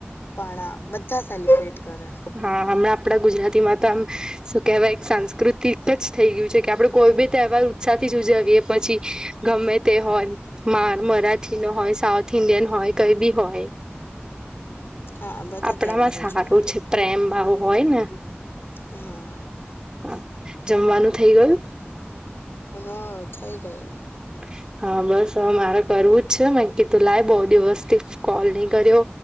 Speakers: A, on the left; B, on the right.
A: પણ બધા સેલિબ્રેટ કરે.
B: હા હમણાં આપણા ગુજરાતીમાં તો આમ શું કેહેવાય એક સાંસ્કૃતિક જ થઈ ગયું છે કે આપડું કોઈ બી તહેવાર ઉત્સાહથી ઉજવીએ પછી ગમે તે હોય. માર મરાઠી નો હોય, સાઉથ ઈન્ડિયન હોય, કઈ બી હોય.
A: હા બધા
B: આપણામાં
A: તહેવાર
B: સારું
A: ઉજવે
B: છે પ્રેમ ભાવ હોય ને
A: હા
B: હા જમવાનું થઇ ગયું?
A: હા થઈ ગયો.
B: <inaudible> હા બસ હવે મારે કરવું જ છે મે કીધું લાય બહુ દિવસ થી કોલ નહી કર્યો